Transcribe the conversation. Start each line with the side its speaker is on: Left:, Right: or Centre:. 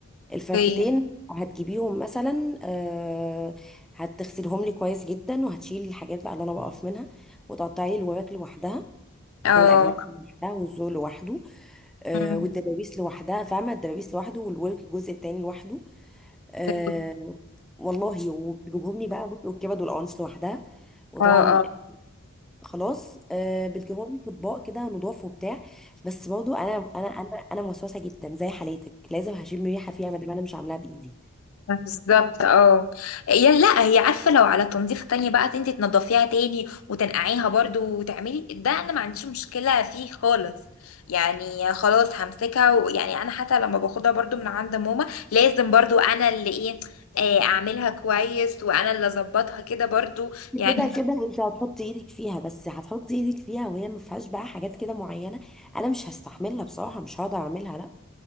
Centre: الفرختين
Left: اوكي
Centre: هتجيبيهم مثلا آه هتغسلهم لي كويس جدا وهتشيلي الحاجات بقى اللي انا بقف منها وتقطعي الوراك لوحدها
Left: اه
Centre: والاجنبي لوحدها والزول لوحده آه،
Left: أمم،
Centre: والدبابيس لوحدها فاهمة الدبابيس لوحده والورك الجزء التاني لوحده آه،
Left: اوكي
Centre: والله وبتجيبهم لي بقى بص، والكبد والقوانص لوحدها وطبعا
Left: اه اه
Centre: خلاص آه، بتجيبهم لي في اطباق كده نضاف وبتاع بس برضه انا انا انا انا موسوسه جدا زي حالاتك لازم هشم ريحه فيها ما دام انا مش عاملاها بايدي
Left: بالظبط اه هي لا هي عارفه لو على تنظيف تاني بقى انت تنضفيها تاني وتنقعيها برضو وتعملي ده انا ما عنديش مشكله فيه خالص يعني خلاص همسكها ويعني انا حتى لما باخدها برضو من عند ماما لازم برضو انا اللي ايه آه، اعملها كويس وانا اللي اظبطها كده برضو يعني
Centre: كده كده انت هتحط ايدك فيها بس هتحط ايدك فيها وهي ما فيهاش بقى حاجات كده معينه انا مش هستحملها بصراحه مش هقدر اعملها لا